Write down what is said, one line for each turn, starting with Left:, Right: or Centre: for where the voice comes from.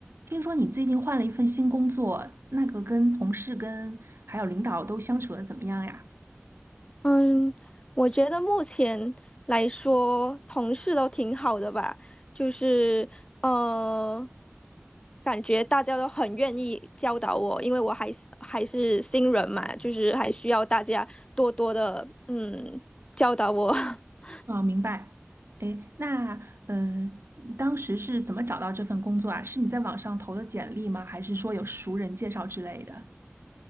Right: 听说你最近换了一份新工作，那个跟同事、跟还有领导都相处的怎么样呀？
Left: 嗯，我觉得目前来说，同事都挺好的吧，就是呃，感觉大家都很愿意教导我，因为我还是还是新人嘛，就是还需要大家多多的嗯教导我。<laughs>
Right: 啊，明白。哎，那呃，当时是怎么找到这份工作啊？是你在网上投的简历吗？还是说有熟人介绍之类的？